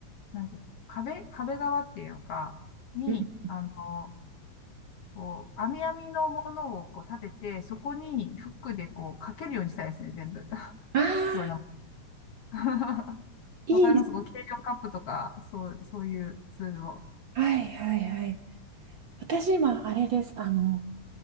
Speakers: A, on the left; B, on the right.
A: なんか壁、壁側っていうか、に、
B: うん。
A: あの、こう、網網のものをこう立てて、そこにフックでこうかけるようにしたいですね、全部。<laughs>
B: ああ、
A: 必要な。<laughs>
B: いいです。
A: わかりますこう、計量カップとか、そう、そういうツールを。
B: はいはいはい。私今、あれです。あの、